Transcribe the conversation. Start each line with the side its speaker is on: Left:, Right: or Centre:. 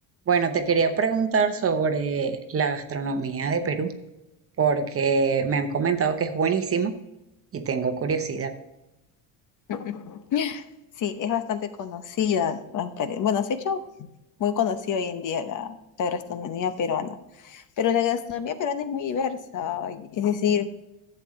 Right: Bueno, te quería preguntar sobre la gastronomía de Perú, porque me han comentado que es buenísima y tengo curiosidad.
Left: <laughs> Sí, es bastante conocida. ah, Pare- Bueno, se ha hecho muy conocida hoy en día la, la gastronomía peruana. Pero la gastronomía peruana es muy diversa. y- Es decir,